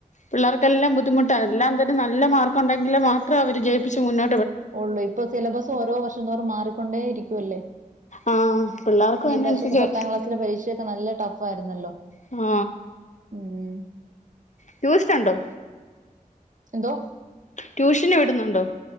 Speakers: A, on the left; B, on the right.
A: പിള്ളാർക്കെല്ലാം ബുദ്ധിമു ട്ട എല്ലാം പിന്നെ നല്ല മാർക്കുണ്ടെങ്കിൽ മാത്രം അവർ ജയിപ്പിച്ച് മുന്നോ
B: ഉള്ളൂ ഇപ്പ സിലബസ് ഓരോ വർഷം തോറും മാറിക്കൊണ്ടേ ഇരി ക്കുവല്ലേ
A: ആ പിള്ളേർക്കും
B: ഈ
A: അതിനനുസരിച്ച്
B: പ്രാവശ്യക്കെ പത്താം ക്ലാസ്സിലെ പരീക്ഷയൊക്കെ നല്ല ടഫ് ആയിരുന്നല്ലോ
A: ആ
B: ഉം
A: ട്യൂഷനുണ്ടോ
B: എന്തോ
A: ട്യൂഷൻ വിടുന്നുണ്ടോ